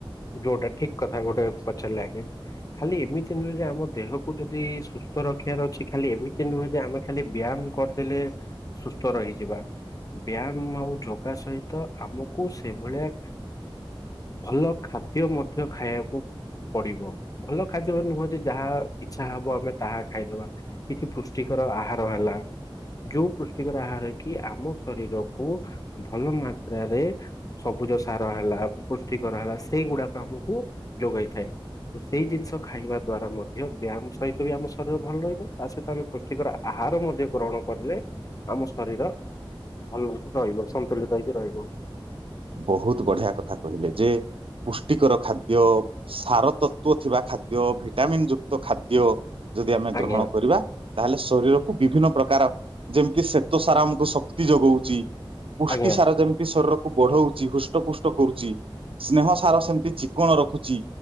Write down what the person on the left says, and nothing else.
ଯୋଉଟା ଠିକ କଥା ଗୋଟେ ପଚାରିଲେ ଆଜ୍ଞା। ଖାଲି ଏମିତି ନୁହେଁ ଯେ ଆମ ଦେହକୁ ଯଦି ସୁସ୍ଥ ରଖିବାର ଅଛି ଖାଲି ଏମିତି ନୁହେଁ ଯେ ଆମେ ଖାଲି ବ୍ୟାୟାମ। କ କରିଦେଲେ ସୁସ୍ଥ ରହିଯିବା। ବ୍ୟାୟାମ ଆଉ ଯୋଗା ସହିତ ଆମକୁ ସେଭଳିଆ ଭଲ ଖାଦ୍ୟ ମଧ୍ୟ ଖାଇବାକୁ ପଡିବ ଭଲ ଖାଦ୍ୟ ନୁହଁ ଯେ ଯାହା ଇଚ୍ଛା ହବ ଆମେ ତାହା ଖାଇଦବା କିଛି ପୁଷ୍ଟିକ ର ଆହାର ହେଲା। ଯୋଉ ପୃଷ୍ଟିକର ଆହାର କି ଆମ ଶରୀରକୁ ଭଲ ମାତ୍ରାରେ ସବୁ ସବୁଜ ସାର ହେଲା ପୁଷ୍ଟିକର ହେଲା ସେଇଗୁଡାକ ଆମକୁ ଯୋଗାଇଥାଏ। ତ ସେଇ ଜିନିଷ ଖାଇବା ଦ୍ଵାରା ମଧ୍ୟ ବ୍ୟାୟାମ ସହିତ ବି ଆମ ଶରୀର ଭଲ ରହିବ ତା ସହିତ ଆମେ ପୁଷ୍ଟିକର ଆହା ହାର ମଧ୍ୟ ଗ୍ରହଣ କରିଲେ ଆମ ଶରୀର ଭଲଛି ରହିବ ସନ୍ତୁଳିତ ହେଇକି ରହିବ।
ଆଜ୍ଞା
ଆଜ୍ଞା